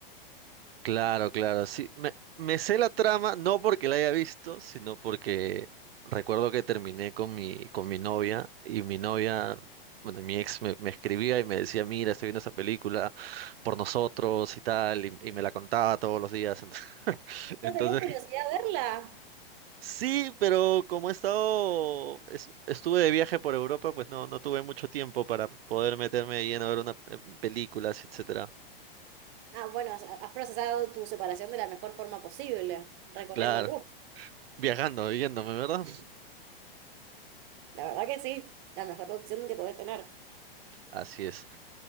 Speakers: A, on the right; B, on the right.
A: Claro, claro, sí. Me, me sé la trama, no porque la haya visto, sino porque recuerdo que terminé con mi, con mi novia y mi novia, bueno, mi ex me, me escribía y me decía, mira, estoy viendo esa película por nosotros y tal, y, y me la contaba todos los días. Entonces, <laughs> entonces,
B: ¿No te dio curiosidad verla?
A: sí, pero como he estado, es- estuve de viaje por Europa, pues no, no tuve mucho tiempo para poder meterme de lleno a ver una eh, películas, etcétera.
B: Ah, bueno, has has procesado tu separación de la mejor forma posible, recorriendo
A: Claro,
B: Goop.
A: viajando, yéndome, ¿verdad?
B: La verdad que sí, la mejor opción que podés tener.
A: Así es.